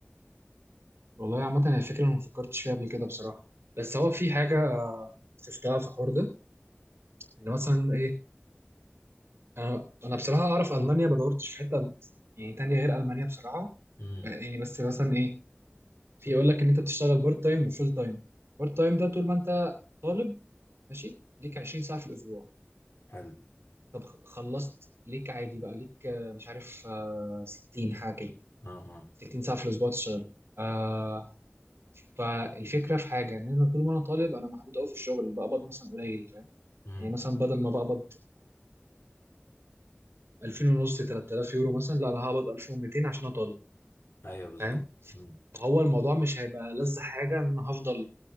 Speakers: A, on the right (about 80°); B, on the left (about 80°).
A: والله عامة هي فكرة أنا ما فكرتش فيها قبل كده بصراحة بس هو في حاجة آه، شفتها في الحوار ده ان مثلا ايه انا انا بصراحة اعرف ألمانيا ما دورتش في حتة يعني تانية غير ألمانيا بصراحة
B: امم
A: آه، يعني بس مثلا ايه في يقول لك ان انت بتشتغل بارت تايم وفول تايم بارت تايم ده طول ما انت طالب ماشي ليك 20 ساعة في الأسبوع
B: حلو
A: طب خ- خلصت ليك عادي بقى ليك آه، مش عارف آه، 60 حاجه كده
B: اه اه
A: 60 ساعه في الاسبوع تشتغل آه فالفكره في حاجه ان انا طول ما انا طالب انا محدود قوي في الشغل بقبض مثلا قليل فاهم
B: امم
A: يعني مثلا بدل ما بقبض 2000 ونص 3000 يورو مثلا لا انا هقبض 1200 عشان أنا طالب
B: ايوه بالظبط
A: فاهم
B: امم
A: فهو الموضوع مش هيبقى لذ حاجه ان انا هفضل